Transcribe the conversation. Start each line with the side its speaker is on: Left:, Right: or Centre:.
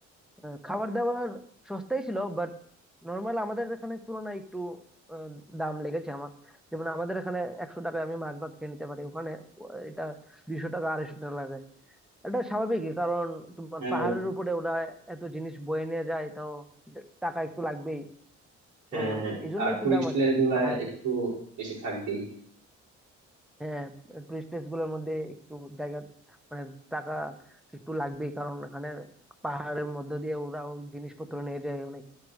Centre: আহ, খাবার দাবার সস্তাই ছিল বাট নর্মাল আমাদের এখানে তুলনায় একটু আহ, দাম লেগেছে আমার যেমন আমাদের এখানে একশো টাকায় আমি মাছ ভাত খেয়ে নিতে পারি ওখানে ও- এটা দুইশো টাকা আড়াইশো টাকা লাগে এটা স্বাভাবিকই কারণ তোমার
Right: হ্যাঁ
Centre: পাহাড়ের উপরে ওরা এত জিনিস বয়ে নিয়ে যায় তাও টাকা একটু লাগবেই
Right: হ্যাঁ
Centre: তো
Right: হ্যাঁ।
Centre: এই জন্য
Right: আর
Centre: একটু
Right: টুরিস্ট
Centre: দাম আর
Right: প্লেস
Centre: কি
Right: গুলা
Centre: পাহাড়
Right: একটু বেশি থাকবেই
Centre: হ্যাঁ টুরিস্ট প্লেস গুলোর মধ্যে একটু জায়গা মানে টাকা একটু লাগবেই কারণ এখানে পাহাড়ের মধ্য দিয়ে ওরা ওই জিনিসপত্র নিয়ে যায় অনেক